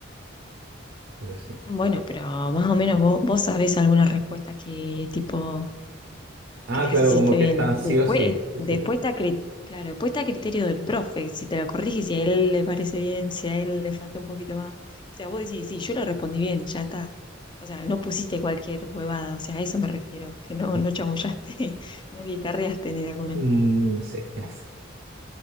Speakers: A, on the right; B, on the left.
A: Pero sí.
B: Bueno,
A: es raro.
B: pero más o menos vos, vos sabés alguna respuesta que tipo
A: Ah,
B: que las
A: claro,
B: hiciste
A: como que
B: bien.
A: están sí
B: Después,
A: o sí. Sí
B: después
A: soy bueno.
B: está, cri- claro, después está a criterio del profe, si te la corrige, si a él le parece bien, si a él le falta un poquito más. O sea, vos decís, sí, yo le respondí bien, ya está. O sea, no pusiste cualquier huevada, o sea, a eso me refiero, que
A: <laughs>
B: no, no chamullaste, <laughs> no guitarreaste ni de alguna.
A: Mm, sí, yes.
B: Pero